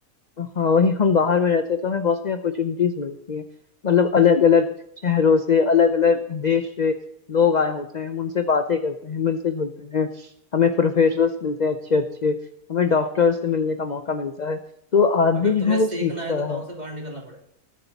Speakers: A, on the left; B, on the right.
A: हाँ वही हम बाहर में रहते हैं तो हमें बहुत सारी अपॉर्चुनिटीज मिलती हैं मतलब अलग अलग शहरों से अलग अलग देश से लोग आए होते हैं हम उनसे बातें करते हैं मिलते जुलते हैं हमें प्रोफेसर्स मिलते हैं अच्छे अच्छे हमें डॉक्टर्स से मिलने का मौका मिलता है तो आदमी
B: अगर तुम्हें
A: जो है वो
B: सीखना
A: सीखता
B: है तो गांव
A: है
B: से बाहर निकलना पड़ेगा